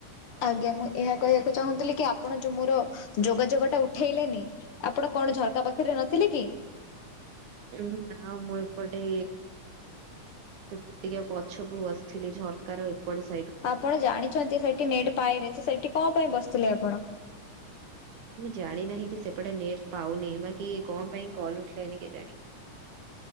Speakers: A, on the left; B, on the right.
A: ଆଜ୍ଞା ମୁଁ ଏହା କହିବାକୁ ଚାହୁଁଥିଲି କି ଆପଣ ଯୋଉ ମୋର ଯୋଗାଯୋଗ ଟା ଉଠେଇଲେନି ଆପଣ କଣ ଝରକା ପାଖରେ ନଥିଲେ କି?
B: ହୁଁ ଆ ମୁଁ ଏପଟେ ସେ ଟିକେ ପଛକୁ ଆସିଥିଲି ଝରକାର ଏପଟ ସେପ
A: ଆପଣ ଜାଣିଛନ୍ତି ସେଠି ନେଟ୍ ପାଏନି, ତ ସେଠି କଣ ପାଇଁ ବସିଥିଲେ ଆପଣ?
B: ମୁଁ ଜାଣିନାହିଁ କି ସେପଟେ ନେଟ୍ ପାଉନି। ବାକି କଣ ପାଇଁ କଲ ଉଠିଲାନି କେଜାଣି।